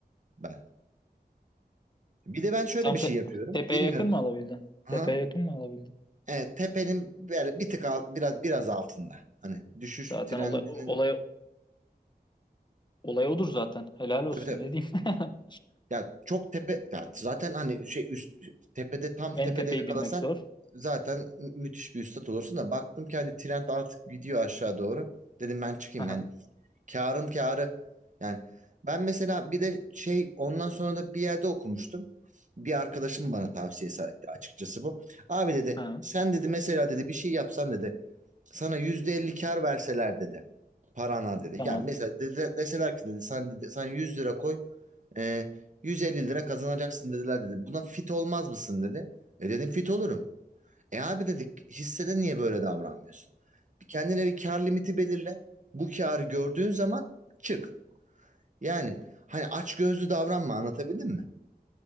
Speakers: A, on the right; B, on the left.
A: ben. Bir de ben şöyle
B: Tam
A: bir
B: te-
A: şey yapıyorum.
B: tepeye
A: Bilmiyorum.
B: yakın mı alabildin?
A: Hı?
B: Tepeye yakın mı alabildin?
A: Evet, tepenin böyle bir tık alt, biraz biraz altında. Hani düşüş
B: Zaten
A: trendinin
B: olay, olay, olay odur zaten. Helal olsun
A: tabii tabii.
B: ne diyeyim. <laughs>
A: Ya çok tepe ya zaten hani şey üst tepede tam
B: En
A: tepede
B: tepeyi
A: yakalasan
B: bilmek zor.
A: zaten mü- müthiş bir üstat olursun da baktım ki hani trend artık gidiyor aşağı doğru. Dedim ben çıkayım
B: Aha,
A: yani Kârın kârı Yani ben mesela bir de şey ondan sonra da bir yerde okumuştum. Bir arkadaşım bana tavsiyesi açıkçası bu. Abi dedi
B: ha,
A: sen dedi mesela dedi bir şey yapsan dedi sana yüzde elli kâr verseler dedi. Parana dedi.
B: tamam.
A: Yani mesela dedi, deseler ki dedi sen dedi sen 100 lira koy e, 150 lira kazanacaksın dediler dedi. Buna fit olmaz mısın dedi. E dedim fit olurum. E abi dedik hissede niye böyle davranmıyorsun? Bir kendine bir kar limiti belirle. Bu karı gördüğün zaman çık. Yani hani aç açgözlü davranma anlatabildim mi?